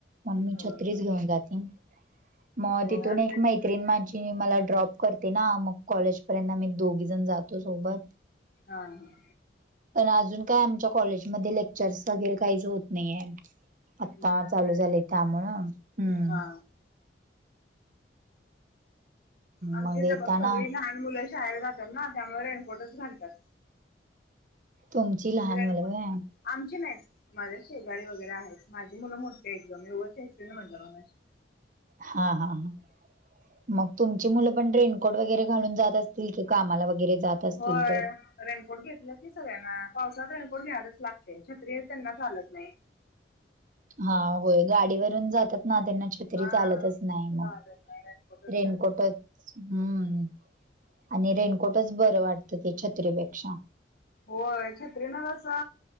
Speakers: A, on the right (about 45°); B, on the left (about 55°).
A: मग मी
B: होय
A: छत्रीस
B: होय.
A: घेऊन जाते. मग
B: हो
A: तिथून
B: आमच्या
A: एक
B: इथे
A: मैत्रीण माझी मला ड्रॉप करते ना, मग कॉलेज तिथं पर्यंत, आम्ही दोघी जण जातो सोबत.
B: हा हा
A: पण अजून काय आमच्या कॉलेजमध्ये लेक्चर्स वगैरे काहीच होत नाही. आता
B: नाही
A: चालू
B: का
A: झालय. त्यामुळे हम्म
B: हा. आमच्या
A: मग
B: इथं
A: येताना
B: बघ सगळी लहान मुलं शाळेला जातात ना त्यामुळे रेनकोटच घालतात.
A: तुमची लहान
B: रेणको
A: मुलं होय?
B: आमची नाहीत माझ्या शेजारी वगैरे आहेत. माझी मुलं मोठी आहेत. ग मी उगाच चेष्टन म्हणलं मगशी
A: हा-हा, हा. मग तुमची मुलं पण रेनकोट वगैरे घालून जात असतील की, कामाला वगैरे जात असतील
B: होय.
A: तर
B: रेनकोट घेतलं की सगळ्यांना पावसात रेनकोट घेणारच लागते. छत्री त्यांना चालत नाही.
A: हा होय, गाडीवरून जातात ना त्यांना छत्री तरी
B: हा
A: चालतच नाही. मग
B: चालत नाही रेनकोटच
A: रेनकोटच
B: घ्यायला
A: हम्म आणि रेनकोटच बरं वाटतं. ते छत्रीपेक्षा.
B: होय, छत्रीनं कस